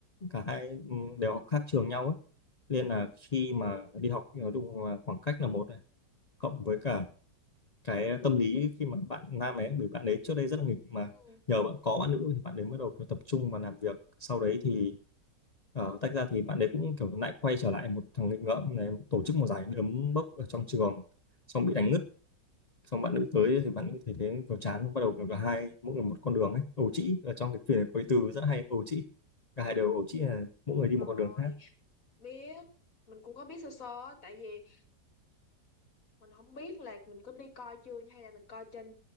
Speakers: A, on the left; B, on the left.
A: cả hai ừ, đều học khác trường nhau ấy nên là khi
B: Ồ,
A: mà đi học thì nói chung là khoảng cách là một này cộng với cả cái tâm lý khi mà bạn nam ấy bởi bạn ấy trước đây rất là nghịch mà
B: ừ,
A: nhờ bạn có bạn nữ thì bạn ấy bắt đầu kiểu tập trung vào làm việc sau đấy thì ờ, tách ra thì bạn ấy cũng kiểu lại quay trở lại một thằng nghịch ngợm này tổ chức một giải đấm bốc ở trong trường xong bị đánh ngất xong bạn nữ tới thì bạn nữ thấy thế kiểu chán xong bắt đầu kiểu cả hai mỗi người một con đường ấy ẩu trĩ ở trong cái phim này có cái
B: ừ.
A: từ rất hay ẩu trĩ cả hai đều ẩu trĩ là mỗi người đi một
B: Rồi,
A: con đường khác
B: biết. Mình cũng có biết sơ sơ á, tại vì mình không biết là mình có đi coi chưa hay là mình coi trên